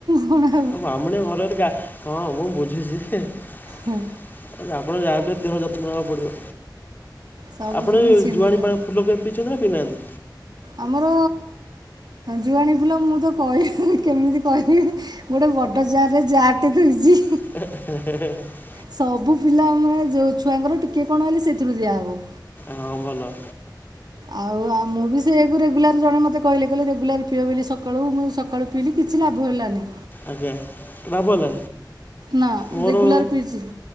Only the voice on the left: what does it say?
ଆଉ ବାମୁଣେ ଘର ଗା ହଁ ମୁଁ ବୁଝୁଚି ଯେ <unintelligible>
ଆ ଆପଣ ଯାହାଲେ ଦେହ ଯତ୍ନ ନେବାକୁ ପଡିବ।
ଆପଣ
ଏ
ଜୁଆଣି ପାଣି ଫୁଲ କେ ପିଇଛନ୍ତି ନା ପିଇନାହାନ୍ତି?
<inaudible>
ହଁ ଭଲ।
ଆଜ୍ଞା ଭାବନା
ମୋର